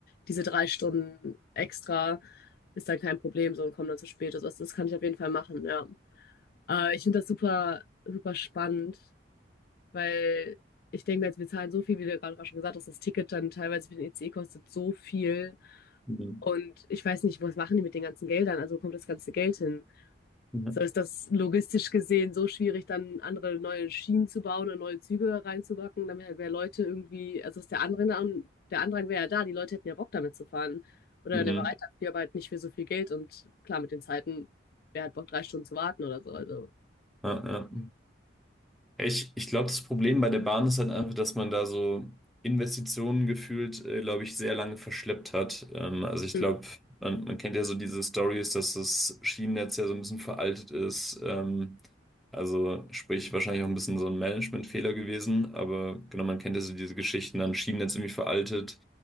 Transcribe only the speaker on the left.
diese drei Stunden extra, ist dann kein Problem so und komme dann zu spät. Also das, das kann ich auf jeden Fall machen, ja. Äh, ich finde das super, super spannend. Weil ich denke mir jetzt, wir zahlen so viel, wie du ja gerade auch schon gesagt hast, das Ticket dann teilweise für den ICE kostet so viel.
Und ich weiß nicht, was machen die mit den ganzen Geldern? Also wo kommt das ganze Geld hin?
So ist das logistisch gesehen so schwierig, dann andere neue Schienen zu bauen und neue Züge reinzubacken, damit halt mehr Leute irgendwie, also ist der Andrang, der Andrang wäre ja da, die Leute hätten ja Bock damit zu fahren. Oder
der Bereitschaft, dafür, aber halt nicht für so viel Geld und klar, mit den Zeiten, wer hat Bock, drei Stunden zu warten oder so. Also,
mm.